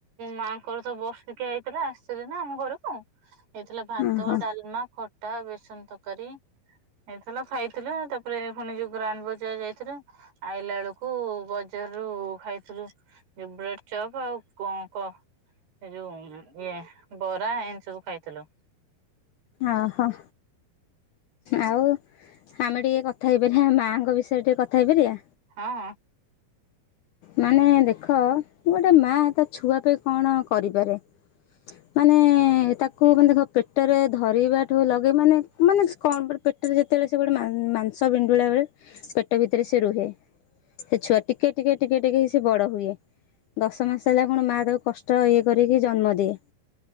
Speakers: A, on the right; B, on the left.
A: ମାଆଙ୍କର ତ ବର୍ଷିକିଆ ହେଇଥିଲା ଆସିଥିଲି ନା ଆମ ଘରକୁ। ହେଇଥିଲା ଭାତ,
B: ଓହୋ
A: ଡାଲମା, ଖଟା ବେସନ ତରକାରୀ। ହେଇଥିଲା ଖାଇଥିଲୁ। ତାପରେ ପୁଣି ଯୋଉ ଗ୍ରାଣ୍ଡ ବଜାର ଯାଇଥିଲୁ ଆଇଲା ବେଳକୁ ବଜାରରୁ ଖାଇଥିଲୁ ବ୍ରେଡ ଚପ୍। ଆଉ ଙ୍କ କ ଏ ଯୋଉ ଇଏ ବରା ଏମିତି ସବୁ ଖାଇଥିଲୁ।
B: ଅ ହ। ଆଉ ଆମେ ଟିକେ କଥା ହେଇପାରିବା ମାଙ୍କ ବିଷୟରେ ଟିକେ କଥା ହେଇପାରିବା?
A: ହଁ।
B: ମାନେ ଦେଖ ଗୋଟେ ମା ତା ଛୁଆ ପାଇଁ କଣ କରିପାରେ। ମାନେ ତାକୁ ମାନେ ଦେଖ ପେଟରେ ଧରିବାଠୁ ଲଗେଇ ମାନେ ମାନେ କଣ ପେଟରେ ଯେତେବେଳେ ସେ ଗୋଟେ ମାନ୍ ମାଂସ ପିଣ୍ଡୁଳା ବେଳେ ପେଟ ଭିତରେ ସେ ରୁହେ। ସେ ଛୁଆ ଟିକେ ଟିକେ ଟିକେ ଟିକେ ହେଇ ସେ ବଡ ହୁଏ। ଦଶ ମାସ ହେଲା କଣ ମାଆ ତାକୁ କଷ୍ଟ ଇଏ କରିକି ଜନ୍ମ ଦିଏ।